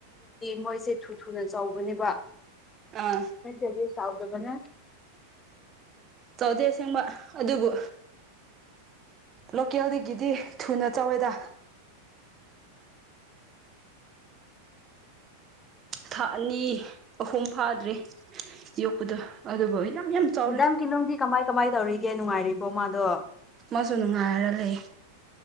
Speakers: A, on the left; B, on the right.
A: ꯃꯣꯏꯁꯦ ꯊꯨ ꯊꯨꯅ ꯆꯥꯎꯕꯅꯦꯕ
B: ꯑꯥ
A: ꯃ ꯆꯁꯥꯎꯗꯕꯅꯦ
B: ꯆꯥꯎꯧꯗꯩ ꯑꯁꯦꯡꯕ ꯑꯗꯨꯕꯨ ꯂꯣꯀꯦꯜꯗꯒꯤꯗꯤ ꯊꯨꯅ ꯆꯥꯎꯧꯋꯦꯗ ꯊꯥ ꯑꯅꯤ ꯑꯍꯨꯝ ꯐꯥꯗ꯭ꯔꯔꯤ ꯌꯣꯛꯄꯗ ꯑꯗꯨꯕꯨ ꯌꯥꯝ ꯌꯥꯝ ꯆꯥꯎꯔꯦ
A: ꯃꯦꯗꯥꯝ ꯀꯤꯂꯣꯗꯤ ꯀꯃꯥꯏ ꯀꯃꯥꯏ ꯇꯧꯔꯤꯒꯦ ꯅꯨꯡꯉꯥꯏꯔꯤꯕꯣ ꯃꯥꯗꯣ
B: ꯃꯁꯨ ꯅꯨꯡꯉꯥꯏꯔ ꯂꯩ